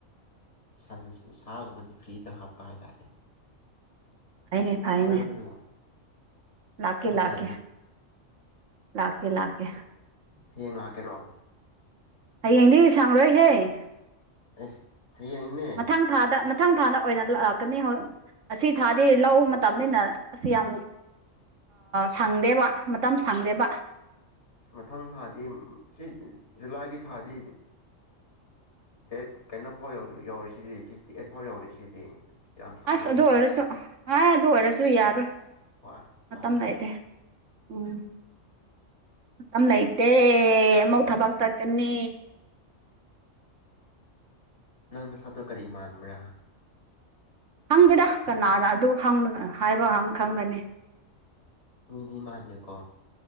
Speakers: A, on the left; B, on the right.
A: ꯁꯟ ꯁꯥꯒꯨꯝꯕꯗꯤ ꯐ꯭ꯔꯤꯗ ꯍꯥꯞꯄ ꯍꯥꯏꯇꯥꯔꯦ
B: ꯐꯩꯌꯦꯅꯦ ꯐꯩꯌꯦꯅꯦ
A: ꯑꯩꯈꯣꯏꯔꯣꯝꯗ ꯂꯥꯛꯑꯣ
B: ꯂꯥꯛꯀꯦ
A: ꯅꯨꯡꯉꯥꯏꯕꯅꯦ
B: ꯂꯥꯛꯀꯦ ꯂꯥꯛꯀꯦ ꯂꯥꯛꯀꯦ
A: ꯍꯌꯦꯡ ꯂꯥꯛꯀꯦꯔꯣ
B: ꯍꯌꯦꯡꯗꯤ ꯁꯥꯡꯔꯣꯏꯍꯦ
A: ꯑꯁ ꯍꯥꯌꯦꯡꯅꯦ
B: ꯃꯊꯪ ꯊꯥꯗ ꯃꯊꯪ ꯊꯥꯗ ꯑꯣꯏꯅ ꯂꯥꯛꯀꯅꯤ ꯑꯁꯤ ꯊꯥꯗꯤ ꯂꯧ ꯃꯇꯝꯅꯤꯅ ꯑꯁ ꯌꯥꯝ ꯁꯪꯗꯦꯕ ꯃꯇꯝ ꯁꯪꯗꯦꯕ
A: ꯑꯁ ꯃꯊꯪ ꯊꯥꯗꯤ ꯁꯤ ꯖꯨꯂꯥꯏꯒꯤ ꯊꯥꯗꯤ ꯗꯦꯠ ꯀꯩꯅꯣ ꯐꯧ ꯌꯧꯔꯤꯁꯤꯗꯤ ꯐꯤꯞꯇꯤ ꯑꯩꯠ ꯐꯥꯎ ꯌꯧꯔꯤꯁꯤꯗꯤ ꯑꯁ ꯌꯥꯝ ꯁꯥꯡꯉꯦ
B: ꯑꯁ ꯑꯗꯨ ꯑꯣꯏꯔꯥꯁꯨ ꯑ ꯑꯗꯨ ꯑꯣꯏꯔꯥꯁꯨ ꯌꯥꯔꯣꯏ
A: ꯋꯥ
B: ꯃꯥꯇꯝ
A: ꯄꯥꯕ꯭ꯔꯦ
B: ꯂꯩꯇꯦ ꯎꯝ ꯃꯇꯝ ꯂꯩꯇꯦ ꯑꯃꯨꯛ ꯊꯕꯛ ꯆꯠꯀꯅꯤ
A: ꯅꯪ ꯅꯥꯁꯛꯇꯣ ꯀ꯭ꯔꯤ ꯃꯥꯟꯕ꯭ꯔꯥ
B: ꯈꯪꯗꯦꯗ ꯀꯅꯥꯅ ꯑꯗꯨꯕ ꯍꯥꯏꯕ ꯈꯪꯒꯅꯤ
A: ꯃꯤꯗꯤ ꯃꯥꯥꯟꯗꯦꯀꯣ